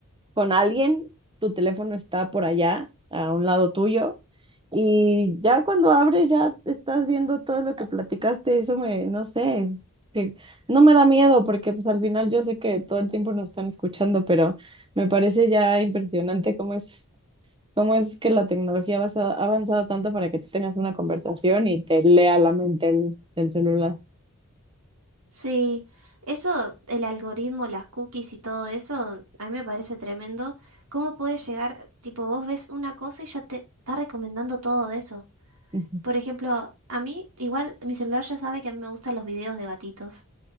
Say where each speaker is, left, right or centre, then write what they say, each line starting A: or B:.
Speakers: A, on the right; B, on the right.
A: con alguien, tu teléfono está por allá, a un lado tuyo, y ya cuando abres ya estás viendo todo lo que platicaste, eso me, no sé, que no me da miedo porque pues al final yo sé que todo el tiempo nos están escuchando, pero me parece ya impresionante cómo es ¿Cómo es que la tecnología ha avanzado ha avanzado tanto para que tú tengas una conversación y te lea la mente el, el celular?
B: Sí, eso, el algoritmo, las cookies y todo eso, a mí me parece tremendo. ¿Cómo puedes llegar, tipo, vos ves una cosa y ya te está recomendando todo eso?
A: Ujú.
B: Por ejemplo, a mí, igual mi celular ya sabe que a mí me gustan los videos de gatitos.